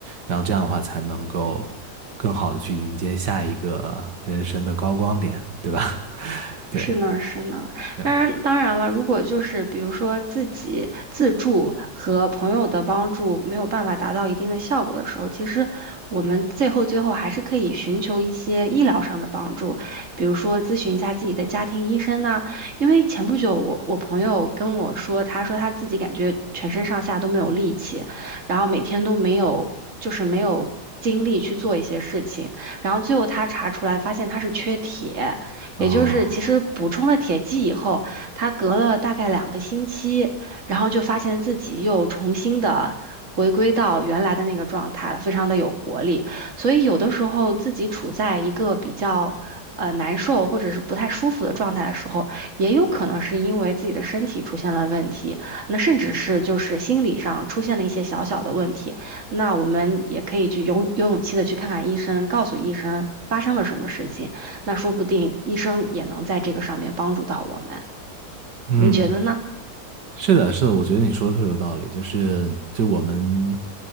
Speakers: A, on the right (about 80°); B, on the right (about 45°).
A: 然后这样的话才能够更好的去迎接下一个人生的高光点，对吧？<laughs> 对，
B: 是呢，是呢。
A: 这样
B: 当然，当然了，如果就是比如说自己自助和朋友的帮助没有办法达到一定的效果的时候，其实我们最后最后还是可以寻求一些医疗上的帮助，比如说咨询一下自己的家庭医生呐、因为前不久我我朋友跟我说，他说他自己感觉全身上下都没有力气，然后每天都没有就是没有精力去做一些事情，然后最后他查出来发现他是缺铁。
A: 啊，
B: 也就是其实补充了铁剂以后，他隔了大概两个星期，然后就发现自己又重新的回归到原来的那个状态了，非常的有活力。所以有的时候自己处在一个比较呃难受或者是不太舒服的状态的时候，也有可能是因为自己的身体出现了问题，那甚至是就是心理上出现了一些小小的问题。那我们也可以去有有勇气的去看看医生，告诉医生发生了什么事情。那说不定医生也能在这个上面帮助到我们，
A: 嗯。
B: 你觉得呢？
A: 是的，是的，我觉得你说的特别有道理，就是就我们